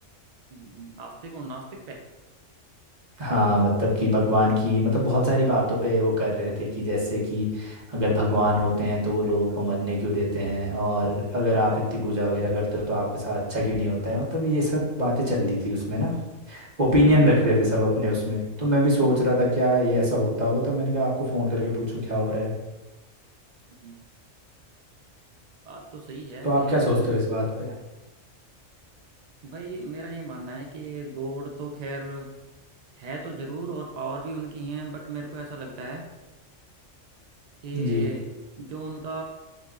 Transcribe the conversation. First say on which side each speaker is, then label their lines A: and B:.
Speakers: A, on the right; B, on the right.
A: हम्म, आस्तिक और नास्तिक पे
B: हाँ मतलब कि भगवान की मतलब बहुत सारी बातों पे वो कर रहे थे कि जैसे कि अगर भगवान होते हैं तो वो लोगों को मरने क्यों देते हैं और अगर आप इतनी पूजा वगैरह करते हो तो आपके साथ अच्छा क्यों नहीं होता है मतलब ये सब बातें चल रही थी उसमें ना ओपिनियन
A: हम्म
B: रख रहे थे सब अपने उसमें तो मैं भी सोच रहा था क्या ये ऐसा होता होगा तो मैंने कहा आपको फ़ोन करके पूछूं क्या हो रहा है
A: हम्म, बात तो सही है
B: तो आप
A: कहीं ना
B: क्या सोचते
A: कहीं
B: हो इस बात पे
A: भाई मेरा ये मानना है कि गॉड तो खैर है तो जरूर और पावर भी उनकी है बट मेरे को ऐसा लगता है कि
B: जी
A: जो उनका